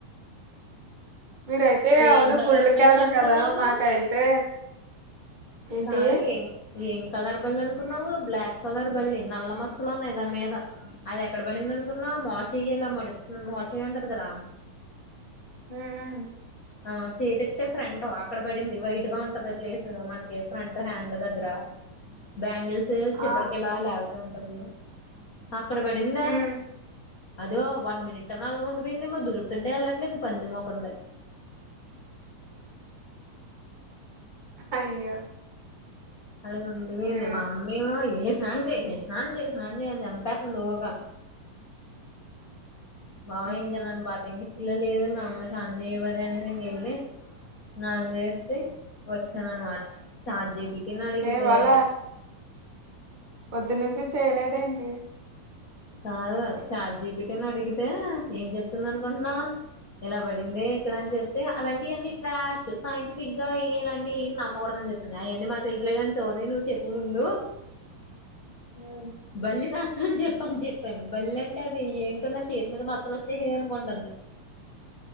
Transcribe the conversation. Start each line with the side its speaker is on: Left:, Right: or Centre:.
Right: మీరైతే
Left: ఏం
Right: అవును
Left: కలర్
Right: గుళ్ళుకెళ్లరు
Left: బల్లి అనుకున్నావు
Right: కదా మాకైతే ఏంటి
Left: కాదు ఏం ఏం కలర్ బల్లి అనుకున్నావు బ్లాక్ కలర్ బల్లి నల్ల మచ్చలు ఉన్నాయి దాని మీద అది ఎక్కడ పడింది అనుకున్నావు మోచెయ్యి ఇలా మడు ఊ మోచెయ్యుంటది కదా
Right: ఊ ఊ
Left: ఆ చేతిప్తే ఫ్రంట్ అక్కడ పడింది వైట్ గా ఉంటది ప్లేస్ మనకి ఫ్రంట్ హ్యాండ్ దగ్గర బ్యాంగిల్ స్ చివరికిలా
Right: ఆ
Left: లాగుతూ ఉంటాం చూడు అక్కడ పడిందా
Right: ఉమ్
Left: అదో వన్ మినిట్ అన్నా అలాగ ఉండిపోయిందేమో దులుపుతుంటే వెళ్ళట్లేదు పంది మొఖం ది
Right: అయ్యో
Left: అలాగ ఉండిపోయింది
Right: ఉమ్,
Left: మా అమ్మేమో ఏస్ స్నానం చెయ్యి స్నానం చెయ్యి అని చంపేత్తుంది ఊగా బావ
Right: ఉమ్.
Left: ఇంగా నన్ను! !!!!!!!!! ఇల్లా లేదు మా అమ్మ స్నానం చేయ్యపొతే అనేది ఇంకెళ్ళి స్నానం చేస్తే వచ్చాను అనమాట ఛాట్ జీ పీ టి నడిగితే
Right: ఏ ఇవాళ పొద్దునుంచి చేయలేదేంటి
Left: కాదు చాట్జీపీటీని అడిగితే ఏం చెప్తుంది అనుకుంటున్నావ్ ఇలా పడింది ఇక్కడ అని చెప్తే అలాంటియన్నీ ట్రాష్ సైంటిఫిక్ గా ఏ ఇలాంటివి ఏం నమ్మకూడదు అని చెపింది అయన్నీ మాకు తెలిసలేగాని సోది నువ్వు చెప్పు ముందు
Right: ఉమ్,
Left: బల్లి సాస్ థాంజేప్ ప్పని జెప్పాను బల్లి అంటే అది ఏంటో నా చేతి మీద మచ్చలు వచ్చేసెయ్ అనుకుంటంది